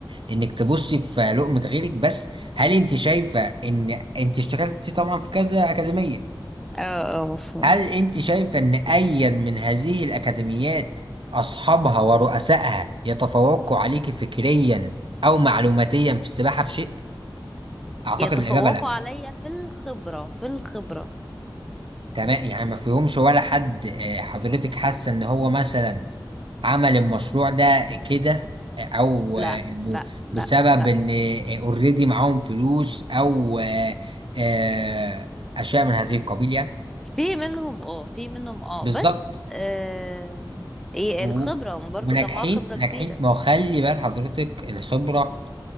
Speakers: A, on the right (about 70°); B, in the centre.
A: انك تبصي في لقمة غيرك بس هل انت شايفة ان انت اشتغلتي طبعا في كذا اكاديمية
B: اه اه مفهوم
A: هل انت شايفة ان ايا من هذه الاكاديميات اصحابها ورؤسائها يتفوقوا عليك فكريا او معلوماتيا في السباحة في شيء اعتقد
B: يتفوقوا
A: الاجابة لا
B: عليا في الخبرة في الخبرة
A: تمام يعني ما فيهمش ولا حد آه، حضرتك حاسه ان هو مثلا عمل المشروع ده كده آه، او
B: لا
A: آه، انه
B: لا لا
A: بسبب
B: لا
A: ان اوريدي معاهم فلوس او آه، آه، اشياء من هذه القبيل يعني
B: في منهم اه في منهم اه
A: بالظبط
B: بس آه إيه
A: و-
B: الخبرة ما برضو
A: وناجحين
B: جمعوا خبرة
A: ناجحين
B: كبيرة
A: ما هو خلي بال حضرتك الخبره